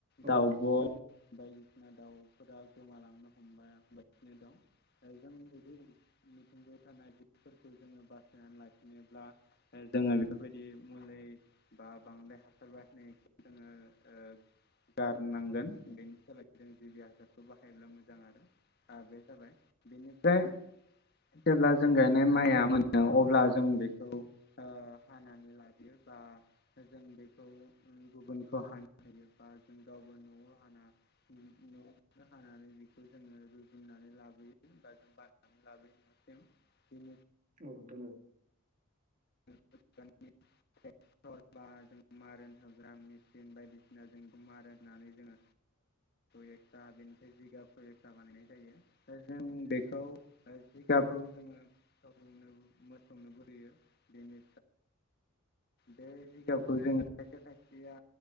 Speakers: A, on the left (about 50°); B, on the right (about 40°).
A: दाउब'
B: औ नोंथां औ नोंथां औ नोंथां औ नोंथां औ नोंथां
A: बायदिसिना दाउफोरा गोमालांनो हमबाय हमगासिनो दं। आरो जों जुदि मिथिंगायाव थानाय जिबफोरखौ जोङो बासायनानै लाखिनोब्ला ओ जोङो बेफोरबायदि मुलि बा बांद्राय हासार बाहायनायखौ जोङो ओ गारनांगोन बेनि सोलाय जों जिबि हासारखौ बाहायोब्ला मोजां आरो आ बे जाबाय बेनिफ्राय जेब्ला जों गायनाय माइआ मोनो अब्ला जों बे खौ ओ हानानै लादो बा जों बेखौ ओम गुबुनखौ हानो होयोबा जों गावबो न'आव हाना नो न'आवनो हानानै बेखौ जोङो रुजुननानै लाबोयो बा जों बाननानै लाबोयो न'सिम बेनि
B: औ नोंथां औ।
A: <unintelligible> बा जों मारेन होग्रा मेसिन बायदिसिना जों मारेन होनानै जोङो ओ <unintelligible> दा बेनिफ्राय जिगा फरेखा बानायनाय जायो दा जों बेखौ ओ जिगाबखौ जोङो सौनोबो मोसौनोबो होयो बेनि
B: <inaudible>
A: बे जिगाबखौ जोङो खायसे खायसेया